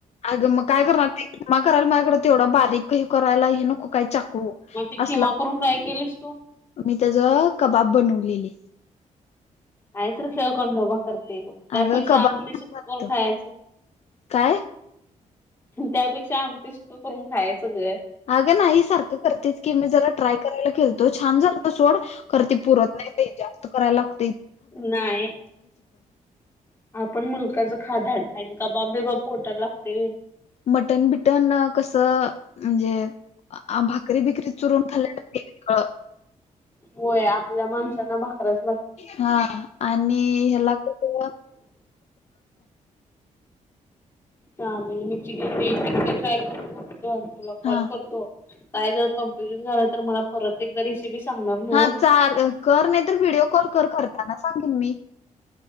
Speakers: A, on the left; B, on the left.
A: आग म काय करणार मी, खिमा करायला माझ्याकडे तेवढा बारीक करायला हे नको. काय चाकू
B: मग ती खिमा
A: असला,
B: करून काय केलीस तू?
A: मी त्याच कबाब बनवलेले.
B: काहीतर खेळखंडोबा करतय बघ. त्यापेक्षा
A: अगं कबाब
B: आमटी, सुक्क करून खायाच.
A: काय
B: त्यापेक्षा आमटी, सुक्क करून खायचं ग.
A: आगं नाही सारखं करतेच की, मी जरा ट्राय करायला केलतो, छान झालतं सोड. खरं ते पुरत नाही बाई, जास्त करायला लाग
B: नायी, आपण मुलखाच खादाड आणि कबाब बिबाप पोटाला लागतय होय.
A: मटन बिटन अ कसं म्हणजे आ भाकरी बिकरी चुरून खाल्ल्या तर ते वेगळं.
B: होय आपल्या माणसांना भाकऱ्याच
A: हा आणि ह्याला कसं?
B: चालेल, मी चिकन ग्रीन टिक्की ट्राय करून बघतो आणि तुला
A: हा
B: कॉल करतो. काय जर, कन्फ्युजन झालं तर मला परत एकदा रेसिपी सांगणार न्हव.
A: हा चाल, कर नाही तर व्हिडिओ कॉल कर करताना सांगेन मी.